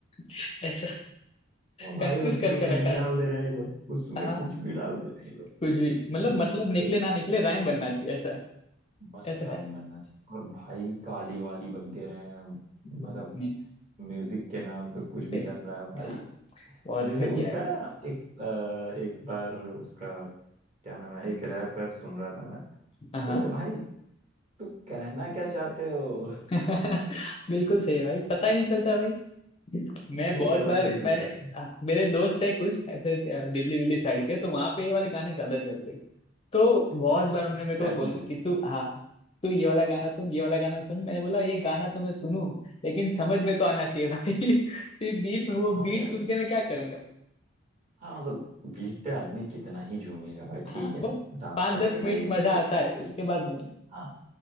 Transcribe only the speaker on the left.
<laughs> ऐसा
कंफ्यूज
करके
रखा
है
हाँ
कुछ भी मतलब
मतलब निकले
ना निकले राइम बनना चाहिए ऐसा
ऐसा
है
नहीं नहीं।
पे
हाँ बहुत
घटिया
है
हाँ
<laughs> बिल्कुल सही है भाई पता ही नहीं चलता भाई मैं
बहुत
बार
मैंने
मेरे दोस्त है कुछ ऐसे अ, दिल्ली विल्ली साइड के तो वहां पे ये वाले गाने ज्यादा चलते हैं तो बहुत
बार उन्होंने मेरे को
बोला
कि तू हाँ तू ये वाला गाना सुन ये वाला गाना सुन मैंने बोला ये गाना तो मैं सुनूं लेकिन समझ में तो आना चाहिए भाई <laughs> सिर्फ बीट में
वो बीट
सुन के मैं क्या करूंगा
हाँ
वो
पाँच
दस
मिनट
मजा
आता
है
उसके बाद नहीं